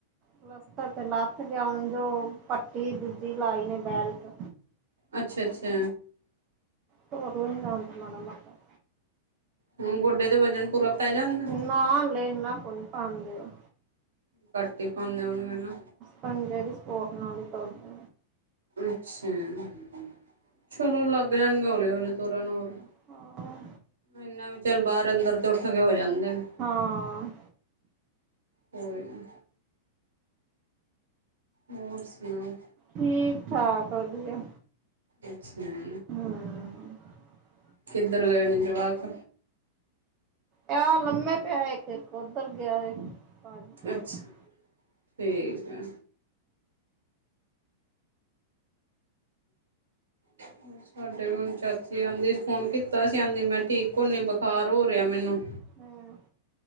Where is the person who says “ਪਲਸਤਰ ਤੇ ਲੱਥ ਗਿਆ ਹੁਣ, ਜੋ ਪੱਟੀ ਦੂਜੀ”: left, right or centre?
Right